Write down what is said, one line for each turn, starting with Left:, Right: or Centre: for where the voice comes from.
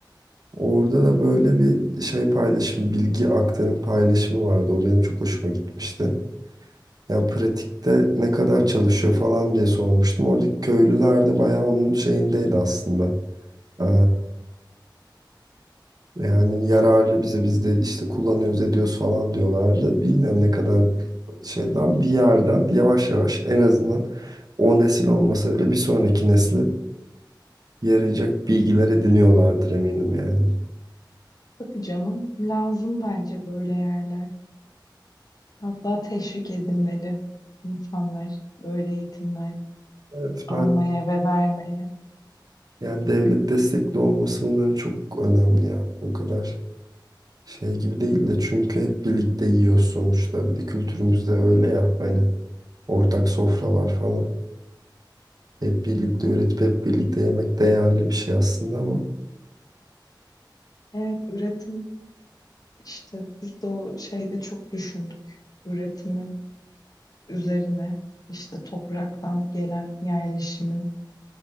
Right: Orada da böyle bir şey paylaşım, bilgi aktarım paylaşımı vardı. O benim çok hoşuma gitmişti. Yani pratikte ne kadar çalışıyor falan diye sormuştum. Oradaki köylüler de bayağı onun şeyindeydi aslında. Ee, yani yararlı bize biz de işte kullanıyoruz ediyoruz falan diyorlardı. Bilmiyorum ne kadar şeyden bir yerden yavaş yavaş en azından o nesil olmasa bile bir sonraki nesli yarayacak bilgiler ediniyorlardır eminim yani.
Left: Tabii canım lazım bence böyle yerler. Hatta teşvik edilmeli insanlar böyle eğitimler
Right: Evet,
Left: almaya
Right: ben.
Left: ve vermeye.
Right: Yani devlet destekli olması bunların çok önemli ya. O kadar şey gibi değil de çünkü hep birlikte yiyoruz sonuçta. Bir de kültürümüzde öyle ya hani ortak sofralar falan. Hep birlikte üretip hep birlikte yemek değerli bir şey aslında ama.
Left: Evet, üretim işte biz de o şeyde çok düşündük. Üretimin üzerine işte topraktan gelen yerleşimin